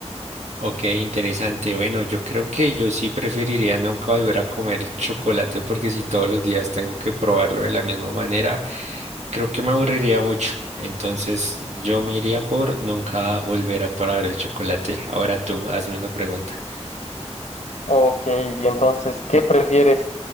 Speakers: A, on the right; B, on the left.
A: Ok, interesante. Bueno, yo creo que yo sí preferiría nunca volver a comer chocolate porque si todos los días tengo que probarlo de la misma manera, creo que me aburriría mucho. Entonces yo me iría por nunca volver a probar el chocolate. Ahora tú, hazme una pregunta.
B: Ok, y entonces, ¿qué prefieres?